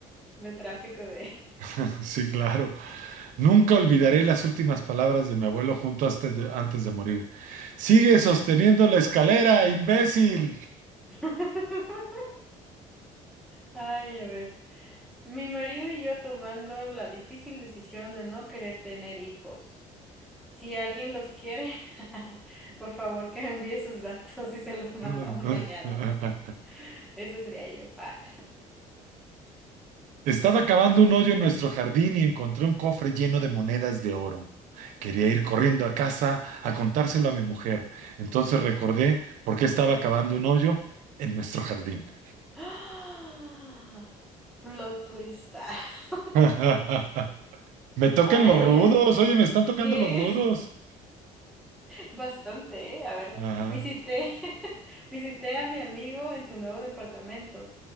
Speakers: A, in the centre; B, on the right (about 65°).
A: de tráfico de...
B: <laughs> Sí, claro. Nunca olvidaré las últimas palabras de mi abuelo junto hasta de- antes de morir. Sigue sosteniendo la escalera, imbécil.
A: <laughs> Ay, a ver. Mi marido y yo tomando la difícil decisión de no querer tener hijos. Si alguien los quiere, <laughs> por favor que me envíe sus datos y se los mandamos
B: <laughs>
A: mañana. <laughs> Eso sería yo. Ah.
B: Estaba cavando un hoyo en nuestro jardín y encontré un cofre lleno de monedas de oro. Quería ir corriendo a casa a contárselo a mi mujer. Entonces recordé por qué estaba cavando un hoyo en nuestro jardín.
A: <laughs> Plot twist. <laughs>
B: <laughs> Me tocan
A: Ay,
B: los rudos,
A: eh,
B: oye, me están tocando
A: sí.
B: los rudos.
A: Bastante, ¿eh? A ver,
B: Ajá.
A: visité, <laughs> visité a mi amigo en su nuevo departamento.